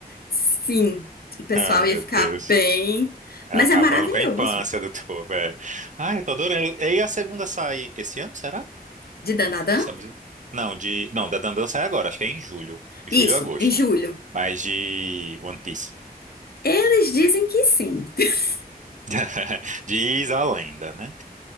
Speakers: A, on the left; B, on the right.
A: Sim, o pessoal
B: Ai, meu
A: ia ficar
B: Deus.
A: bem.
B: É,
A: Mas
B: acabando
A: é maravilhoso.
B: com a infância do <laughs> povo, é. Ah, eu tô adorando. E aí a segunda sai esse ano, será?
A: De Dandadan?
B: Você sabe? Não, de... Não, da Dandan sai agora, acho que é em julho. Julho
A: Isso,
B: ou agosto.
A: em julho.
B: Mas de One Piece.
A: Eles dizem que sim. <laughs>
B: <laughs> Diz a lenda, né?